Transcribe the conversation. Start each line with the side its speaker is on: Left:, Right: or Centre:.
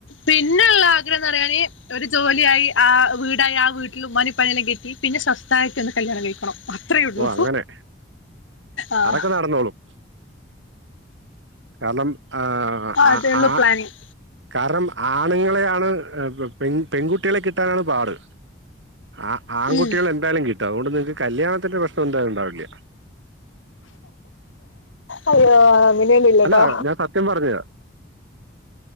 Left: പിന്നൊള്ള ആഗ്രഹന്ന്റയാന് ഒരു ജോല്യായി ആഹ് വീടായി ആഹ് വീട്ടില് ഉമാനിപ്പനിയെല്ലാ കെറ്റി പിന്നെ സ്വസ്തായിട്ടൊന്ന് കല്യാണം കഴിക്കണം അത്രേ ഉള്ളൂ
Right: ഓ അങ്ങനെ
Left: ആഹ്
Right: അതൊക്കെ നടന്നോളും കാരണം ആഹ്
Left: അതേള്ളൂ
Right: ആ ആ
Left: പ്ലാനിങ്
Right: കാരണം ആണുങ്ങളെയാണ് പെൺ പെൺകുട്ടികളെ കിട്ടാനാണ് പാട് ആ ആൺകുട്ടികളെ
Left: ഉം
Right: എന്തായാലും കിട്ടും അതുകൊണ്ട് നിങ്ങക്ക് കല്യാണത്തിന്റെ പ്രശ്നം എന്തായാലും ഉണ്ടാവില്ല
Left: അള്ളോ അങ്ങനെയൊന്നുല്ലട്ടോ
Right: അല്ല ഞാൻ സത്യം പറഞ്ഞതാ